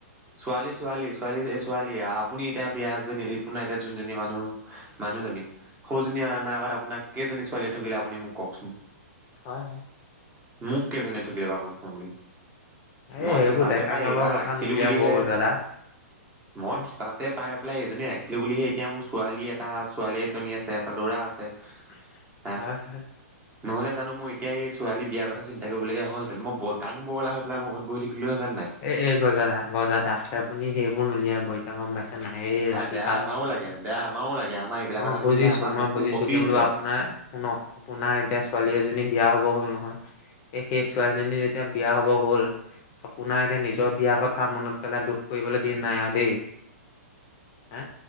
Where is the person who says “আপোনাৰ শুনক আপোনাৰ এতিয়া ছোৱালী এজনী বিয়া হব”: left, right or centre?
Left